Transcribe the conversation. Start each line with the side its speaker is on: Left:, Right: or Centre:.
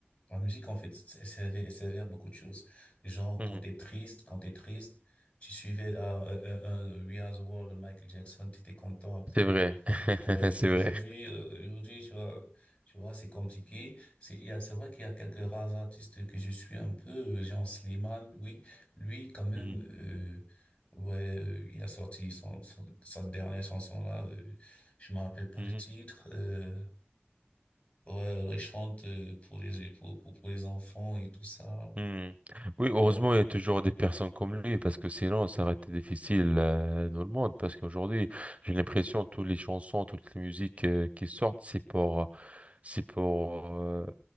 Left: la musique, en fait, elle servait, elle servait à beaucoup de choses. Genre,
Right: Mhm.
Left: quand t'es triste, quand t'es triste, tu suivais, ah, euh, euh, euh, We Are the World de Michael Jackson, t'étais content après.
Right: c'est vrai,
Left: hein.
Right: <laughs>
Left: Ouais,
Right: c'est
Left: aujourd'hui,
Right: vrai.
Left: euh, aujourd'hui, tu vois, tu vois, c'est compliqué. C'est, il y a, c'est vrai qu'il y a quelques rares artistes que je suis un peu, euh, Jean Slimane, oui, lui, quand même,
Right: Mhm.
Left: euh, ouais, euh, il a sorti son, son- sa dernière chanson là, euh, je me rappelle pas
Right: Mhm.
Left: le titre, euh, ouais, il chante euh, pour les, pour, pour, pour les enfants et tout ça,
Right: Mhm. Oui, heureusement,
Left: ouais,
Right: il y a toujours des personnes comme lui, parce que sinon, ça aurait été difficile euh, dans le monde. Parce qu'aujourd'hui, j'ai l'impression que toutes les chansons, toutes les musiques euh, qui sortent, c'est pour, euh, c'est pour, euh,